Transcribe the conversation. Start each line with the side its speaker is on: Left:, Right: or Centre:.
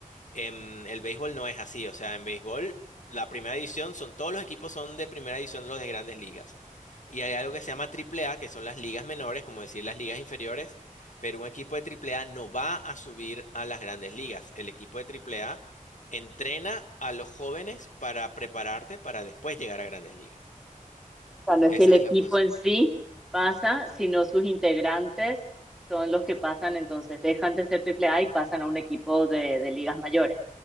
Left: En el béisbol no es así, o sea, en béisbol la primera división son todos los equipos son de primera división los de grandes ligas. Y hay algo que se llama triple A, que son las ligas menores, como decir las ligas inferiores, pero un equipo de triple A no va a subir a las grandes ligas. El equipo de triple A entrena a los jóvenes para prepararte para después llegar a grandes ligas.
Centre: O sea, no es
Left: Esa
Centre: que el equipo
Left: es la función.
Centre: en sí pasa, sino sus integrantes son los que pasan, entonces dejan de ser triple A y pasan a un equipo de, de ligas mayores.